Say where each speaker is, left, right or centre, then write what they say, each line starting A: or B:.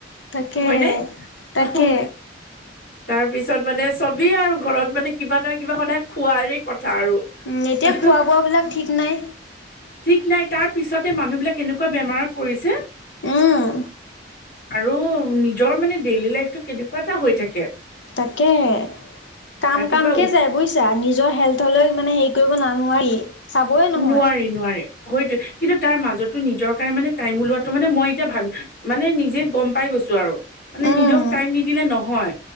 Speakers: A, on the left (about 75°); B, on the left (about 50°).
A: তাকে
B: হয়নে
A: তাকে
B: অহ তাৰ পিছত মানে চবেই আৰু ঘৰত মানে কিবা নহয় কিবা সদায় খোৱাৰে কথ আৰু
A: উম, এতিয়া
B: <unintelligible>
A: খোৱা বোৱাবিলাক ঠিক নাই
B: ঠিক নাই তাৰ পিছতে মানুহ বিলাক এনেকুৱা বেমাৰত পৰিছে
A: উম
B: আৰু নিজৰ মানে ডেইলি লাইফটো কেনেকুৱা এটা হৈ থাকে।
A: তাকেহে কাম-কামকে
B: ৰাতিপুৱা
A: যায় বুইছা নিজৰ হেল্থলৈ মানে হেৰি কৰিব না নোৱাৰি। চাবই নহয়।
B: নোৱাৰি নোৱাৰি হয়তো কিন্তু তাৰ মাজততো নিজৰ কাৰণে মানে টাইম ওলোৱাটো মানে মই এতিয়া ভাব মানে নিজে গম পাই গৈ গৈছোঁ আৰু মানে
A: উম
B: নিজক টাইম নিদিলে নহয়।